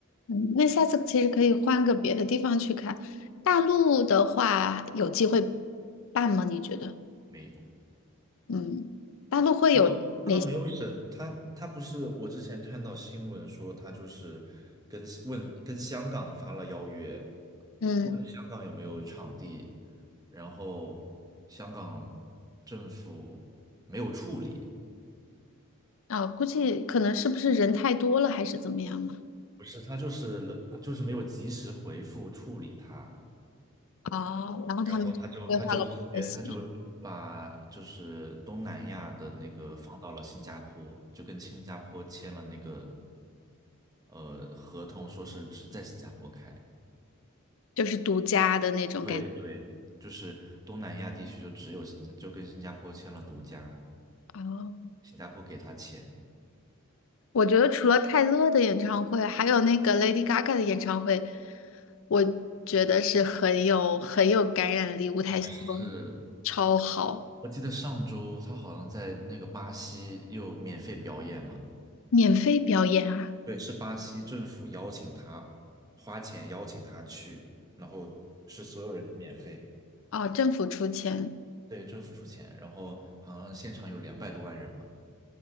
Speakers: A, on the left; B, on the right.
A: 嗯，那下次其实可以换个别的地方去看。大陆的话，有机会办吗？你觉得？
B: 没有。
A: 嗯，大陆会有哪些？
B: 他都他都没有审，他他不是我之前看到新闻说他就是跟问跟香港发了邀约，
A: 嗯，
B: 问香港有没有场地，然后香港政府没有处理，
A: 啊、估计可能是不是人太多了，还是怎么样呢？
B: 不是他就是了就是没有及时回复处理他，
A: 哦，然后他们就规划了我们的行程
B: 然后他就他就直接他就把就是东南亚的那个放到了新加坡，就跟新加坡签了那个呃合同，说是只在新加坡开。
A: 就是独家的那种感觉。
B: 对对，就是东南亚地区就只有新加，就跟新加坡签了独家，
A: 哦。
B: 新加坡给他钱。
A: 我觉得除了泰勒的演唱会，还有那个 Lady Gaga 的演唱会，我觉得是很有很有感染力，舞台效果
B: 是
A: 超好，
B: 我记得上周他好像在那个巴西又免费表演嘛，
A: 免费表演啊！
B: 对，是巴西政府邀请他，花钱邀请他去，然后是所有人都免费，
A: 哦，政府出钱，
B: 对，政府出钱，然后好像现场有两百多万人嘛，